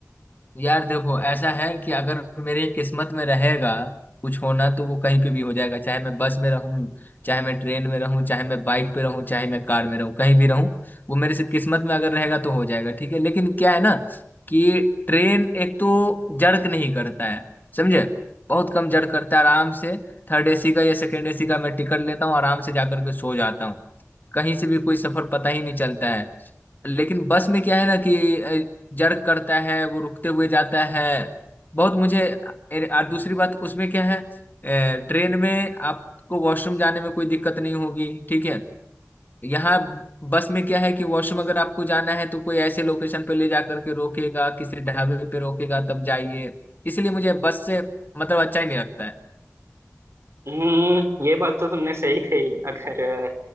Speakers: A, on the left; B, on the right.
A: यार देखो ऐसा है कि अगर मेरे किस्मत में रहेगा कुछ होना तो वो कहीं पे भी हो जाएगा चाहे मैं बस में रहूं चाहे मैं ट्रेन में रहूं चाहे मैं बाइक पे रहूं चाहे मैं कार में रहूं कहीं भी रहूं वो मेरे से किस्मत में अगर रहेगा तो हो जाएगा ठीक है लेकिन क्या है ना कि ट्रेन एक तो जर्क नहीं करता है समझे बहुत कम जर्क करता है आराम से थर्ड एसी का या सेकेंड एसी का मैं टिकट लेता हूँ आराम से जाकर के सो जाता हूँ कहीं से भी कोई सफर पता ही नहीं चलता है लेकिन बस में क्या है ना कि अ, जर्क करता है वो रुकते हुए जाता है बहुत मुझे अरे, और दूसरी बात उसमें क्या है अ, ट्रेन में आपको वॉशरूम जाने में कोई दिक्कत नहीं होगी ठीक है यहाँ बस में क्या है कि वॉशरूम अगर आपको जाना है तो कोई ऐसे लोकेशन पे ले जा करके रोकेगा किसी ढाबे पे रोकेगा तब जाइए इसलिए मुझे बस से मतलब अच्छा ही नहीं लगता है
B: हम्म ये बात तो तुमने सही कही अगर अ,